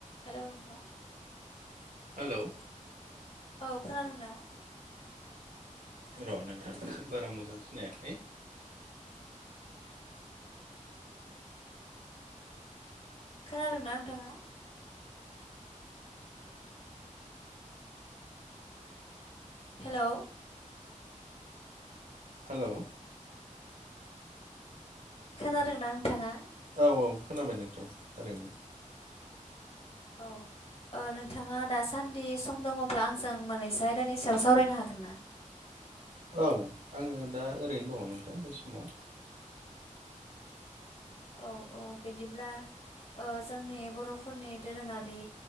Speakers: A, on the left; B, on the right.
A: हेल' नोंथां
B: हेलौ
A: औ खोनादोंना?
B: र' नोंथां बारा मोजां खोनायाखै?
A: खोनादों ना नोंथाङा? हेलौ
B: हेल'
A: खोनादोंना नोंथाङा?
B: औ औ खोनाबाय नोंथां थारैनो।
A: औ नोंथाङा दासान्दि सम दङब्ला आंजों मोनैसो आयदानि सायाव सावरायनो हागोन ना?
B: औ आङो दा ओरैनो दङ नोंथां बे समाव।
A: औ औ बिदिब्ला ओ जोंनि बर'फोरनि दोरोङारि